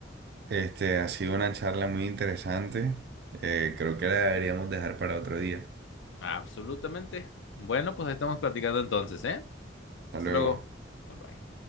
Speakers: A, on the right; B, on the left.
A: Este, ha sido una charla muy interesante. Eh, creo que la deberíamos dejar para otro día.
B: Absolutamente. Bueno, pues ahí estamos platicando entonces, ¿eh?
A: Hasta
B: Hasta
A: luego.
B: luego. Bye bye.